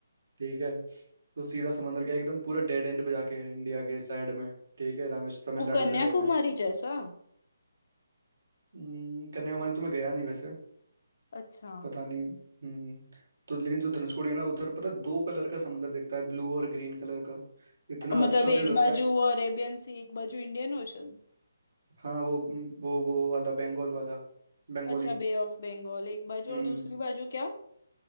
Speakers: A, on the right; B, on the left.
A: ठीक है तो सीधा समंदर गया एकदम पूरा डेड एंड पे जाके है, इंडिया के साइड में ठीक है रामेश्वर तमिलनाडु
B: वो कन्याकुमारी
A: साइड में
B: जैसा
A: हम्म, कन्याकुमारी तो मैं गया नहीं वैसे
B: अच्छा
A: पता नहीं हम्म तो लेकिन जो धनुषकोडी है ना उधर पता है दो कलर का समंदर दिखता है ब्लू और ग्रीन कलर का इतना
B: मतलब
A: अच्छा
B: एक
A: व्यू लगता
B: बाजू
A: है
B: वो अरेबियन सी एक बाजू इंडियन ओशन
A: हाँ वो वो वो वाला बंगाल वाला बंगाली
B: अच्छा बे ऑफ बंगाल एक बाजू
A: हम्म
B: और दूसरी बाजू क्या